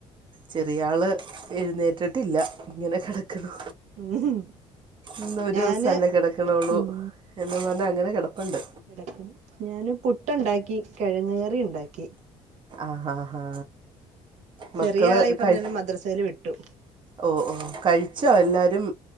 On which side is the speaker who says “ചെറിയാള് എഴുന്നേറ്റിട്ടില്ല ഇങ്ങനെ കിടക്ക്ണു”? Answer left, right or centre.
Right